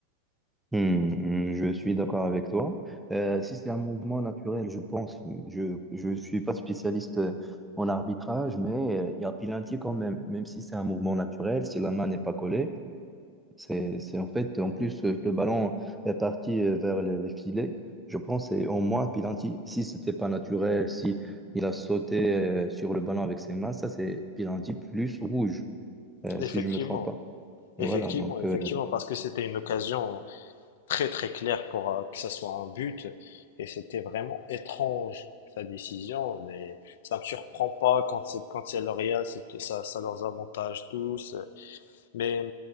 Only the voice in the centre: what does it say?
Hmm, je suis d'accord avec toi. Euh, si c'est un mouvement naturel, je pense, je je suis pas spécialiste euh, en arbitrage, mais euh, il y a penalty quand même, même si c'est un mouvement naturel, si la main n'est pas collée, c'est c'est en fait en plus euh, le ballon est parti euh, vers les, les filets. Je pense c'est au moins penalty. Si c'était pas naturel, si il a sauté euh, sur le ballon avec ses mains, ça c'est penalty plus rouge, euh,
si je me trompe pas.
Voilà, donc
euh,